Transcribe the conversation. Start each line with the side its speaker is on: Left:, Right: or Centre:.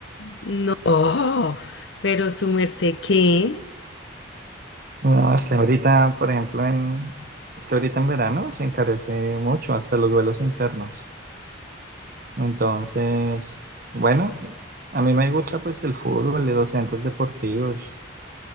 Left: No, oh, pero su merced, ¿qué?
Right: No, es que ahorita, por ejemplo, en, es que ahorita en verano se encarece mucho hasta los vuelos internos. Entonces, bueno, a mí me gusta pues el fútbol, los centros deportivos